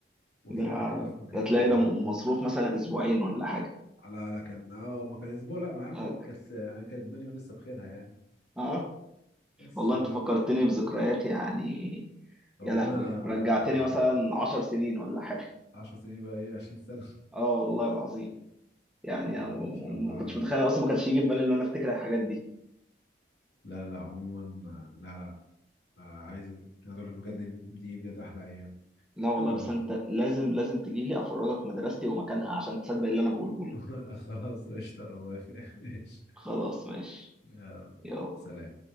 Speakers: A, on the left; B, in the centre.
A: وطلعنا
B: ده
A: كده في مكان
B: ده تلاقي
A: بنحب
B: ده مصروف
A: نقعد-
B: مثلا اسبوعين ولا حاجه
A: على لا كان اه ما كان اسبوع لا ما يا عم
B: هك-
A: كانت يعني كانت الدنيا لسه بخيرها يعني
B: اه
A: بس
B: والله
A: ف
B: انت فكرتني بذكريات يعني
A: ربنا
B: يا لهوي رجعتني
A: يا لهوي
B: مثلا عشر سنين ولا حاجه
A: 10 سنين بقى ايه 20 سنة <laughs>
B: اه والله العظيم يعني
A: لا لا
B: أنا م-
A: ان شاء الله
B: م- ما كنتش متخيل اصلا ما كانش يجي في بالي ان انا افتكر الحاجات دي
A: لا لا لا عموما آه، لا لا عايز عايز اقول لك بجد إن دي بجد احلى ايام
B: لا والله
A: يلا
B: بس انت لازم لازم تجي لي افرجك مدرستي ومكانها عشان تصدق اللي انا بقوله
A: <laughs>
B: لك
A: خلاص قشطة انا موافق <laughs> ماشي
B: خلاص ماشي
A: يلا
B: يلا
A: سلام